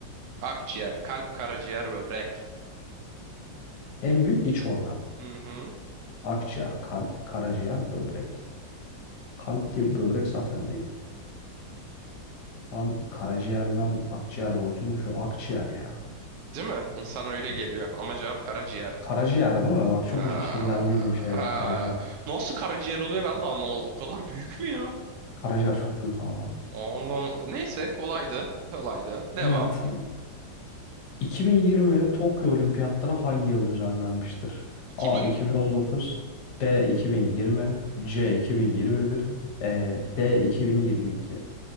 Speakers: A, on the right; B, on the left.
A: Akciğer, kalp, karaciğer, böbrek.
B: En büyük iç organ.
A: Hı hı.
B: Akciğer, kalp, karaciğer, böbrek. Kalp değil, böbrek zaten değil. Ben karaciğerle akciğer boyutunu düşünüyorum. Akciğer ya.
A: Değil mi? İnsan öyle
B: Evet.
A: geliyor. Ama cevap karaciğerdi.
B: Karaciğer değil mi? Bak çok
A: Aa,
B: iş- işkillendiydim şeyden
A: ha.
B: karaciğer.
A: Nasıl karaciğer oluyor ben de anlamadım. O kadar büyük mü ya?
B: Karaciğer çok büyük ama.
A: Oğlum neyse kolaydı. Kolaydı. Devam.
B: Evet. 2020 Tokyo Olimpiyatları hangi yıl düzenlenmiştir?
A: 2000
B: A 2019, B 2020, C 2021, e, D 2022